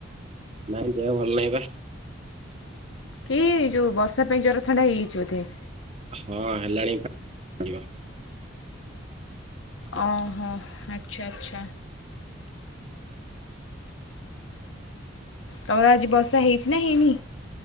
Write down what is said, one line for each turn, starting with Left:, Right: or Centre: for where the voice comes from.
Right: ନାଇଁ ଦେହ ଭଲ ନାଇଁ ପା।
Left: କି ଯୋଉ ବର୍ଷା ପାଇଁ ଜର ଥଣ୍ଡା ହେଇଯାଇଚି ବୋଧେ।
Right: ହଁ ହେଲାଣି ପା ଡିବ।
Left: ଓହୋ ଆଚ୍ଛା ଆଚ୍ଛା। ତମର ଆଜି ବର୍ଷା ହେଇଚି ନା ହେଇନି?